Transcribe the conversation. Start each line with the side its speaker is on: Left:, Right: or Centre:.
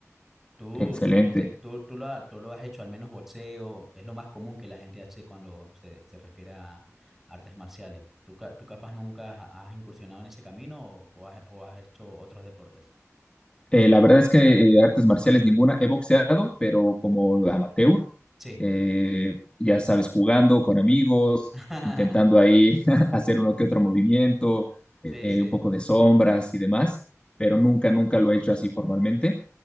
Centre: Tú,
Left: Excelente.
Centre: este, tú, tú, lo, ha- tú lo has hecho, al menos boxeo, es lo más común que la gente hace cuando se, se refiere a artes marciales. ¿Tú, ca- tú capaz nunca has has incursionado en ese camino o, o has, o has hecho otros deportes?
Left: Eh, la verdad es que eh, artes marciales ninguna. He boxeado, pero como amateur.
Centre: Sí,
Left: Eh, ya sabes, jugando con amigos,
Centre: <laughs>
Left: intentando ahí <laughs> hacer uno que otro movimiento,
Centre: Sí,
Left: eh,
Centre: sí,
Left: un poco de sombras y demás, pero nunca, nunca lo he hecho así formalmente.